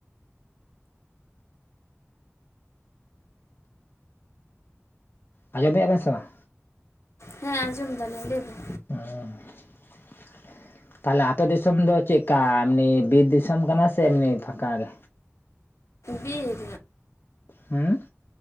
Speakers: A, on the left (about 50°); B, on the left (about 75°).
A: ᱟᱡᱸᱚᱢ ᱮᱜᱼᱟ ᱵᱮᱱ ᱥᱮ ᱵᱟᱝᱼᱼ
B: ᱦᱮᱸ ᱟᱸᱡᱚᱢ ᱫᱟᱞᱤᱧ ᱞᱟᱹᱭ ᱵᱤᱱᱼᱼ
A: ᱚᱻ ᱛᱟᱦᱞᱮ ᱟᱯᱮ ᱫᱤᱥᱚᱢ ᱫᱚ ᱪᱮᱜᱠᱟ ᱮᱢᱱᱤ ᱵᱤᱨ ᱫᱤᱥᱚᱢ ᱠᱟᱱᱟ ᱥᱮ ᱮᱢᱱᱤ ᱯᱷᱟᱠᱟ ᱜᱮᱼᱼ
B: ᱵᱤᱨ ᱧᱚᱜ
A: ᱦᱩᱸ